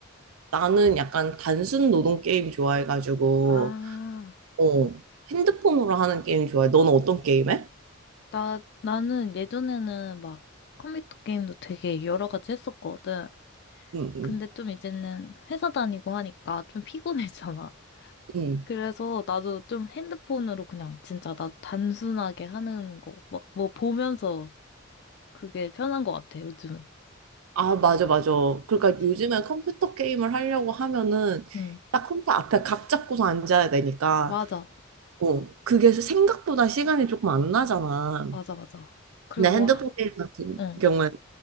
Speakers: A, on the right (about 80°); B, on the left (about 55°).
A: 나는 약간 단순 노동 게임 좋아해가지고,
B: 아,
A: 어, 핸드폰으로 하는 게임 좋아해. 너는 어떤 게임 해?
B: 나 나는 예전에는 막 컴퓨터 게임도 되게 여러 가지 했었거든.
A: 응, 응,
B: 근데 좀 이제는 회사 다니고 하니까 좀 피곤해잖아.
A: 응.
B: 그래서 나도 좀 핸드폰으로 그냥 진짜 나도 단순하게 하는 거 막 뭐 보면서 그게 편한 것 같아 요즘은.
A: 아, 맞아, 맞아. 그러니까
B: 그치.
A: 요즘에 컴퓨터 게임을 하려고 하면은
B: 응
A: 딱 컴퓨터 앞에 각 잡고서 앉아야 되니까.
B: 맞아
A: 어, 그게 생각보다 시간이 조금 안 나잖아.
B: 맞아 맞아. 그리고
A: 근데 핸드폰
B: 와,
A: 게임 같은
B: 응
A: 경우에는